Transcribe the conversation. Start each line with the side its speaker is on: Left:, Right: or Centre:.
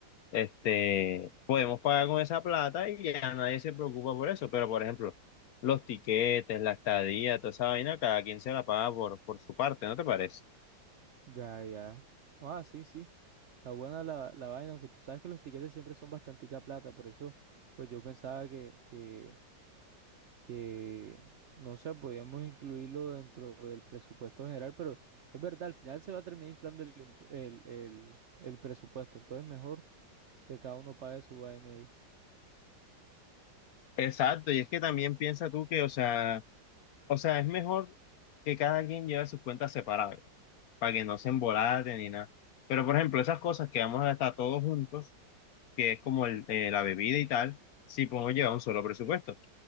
Left: este, podemos pagar con esa plata y ya nadie se preocupa por eso. Pero, por ejemplo, los tiquetes, la estadía, toda esa vaina, cada quien se la paga por, por su parte, ¿no te parece?
Right: Ya, ya. Ah, sí, sí. Está buena la, la vaina, que tú sabes que los tiquetes siempre son bastantica plata, por eso, pues yo pensaba que, que, que, no sé, podíamos incluirlo dentro del presupuesto general, pero es verdad, al final se va a terminar inflando el, impu- el, el, el presupuesto, entonces mejor que cada uno pague su vaina ahí.
Left: Exacto, y es que también piensa tú que, o sea, o sea, es mejor que cada quien lleve sus cuentas separadas, para que no se embolaten ni nada. Pero, por ejemplo, esas cosas que vamos a gastar todos juntos, que es como el, eh, la bebida y tal, sí podemos llevar un solo presupuesto.